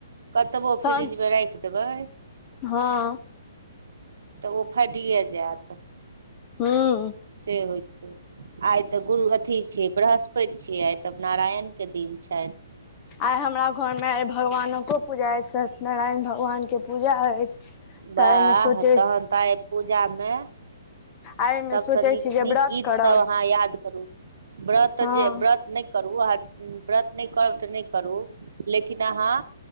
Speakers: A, on the right; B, on the left.
A: कतबो
B: तहन
A: फ्रिज मे राखि देबै
B: हँ
A: तऽ ओ फाइटिये जायत
B: हूॅंऽ
A: से होइ छै आइ तऽ गुरु अथी छियै बृहस्पति छियै आइ तऽ नारायण के दिन छनि
B: आइ हमरा घर मे आइ भगवानो कऽ पूजा अइ सत्यनारायण भगवान के पूजा अछि तऽ
A: बाह
B: एहिमे सोचै
A: तहन तऽ आय पूजा मे
B: एहिमे
A: सभसँ
B: सोचै
A: नीक
B: छी जे
A: नीक
B: व्रत
A: गीत
B: करब
A: सब अहाँ याद करू व्रत
B: हँ
A: जे व्रत नय करू आ व्रत नय करब तऽ नय करू लेकिन अहाँ